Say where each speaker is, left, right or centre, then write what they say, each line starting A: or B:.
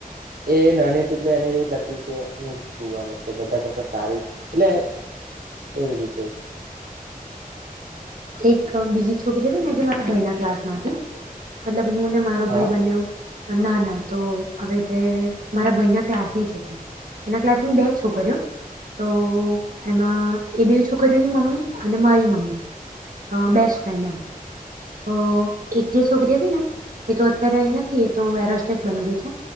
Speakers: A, on the right; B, on the right.
A: એ નાની એટલે એને એવું લાગતું કે હું છું આમ બધા કરતા સારી એટલે એવી રીતે
B: એક બીજી છોકરી હતી ને આજે મારા ભાઈ ના ક્લાસ માં હતી મતલબ હું ને મારો
A: હા
B: ભાઈ બનેવું ના ના તો આવીવે રીતે મારા ભાઈના ક્લાસની છોકરી એના ક્લાસની બે છોકરીઓ તો એમાં એ બે છોકરીઓની મમ્મી અને મારી મમ્મી બેસ્ટ ફ્રેન્ડ એમ તો એક જે છોકરી હતી ને એ તો અત્યારે અહી નથી એ તો એરોસ્ટેસ બની ગઈ છે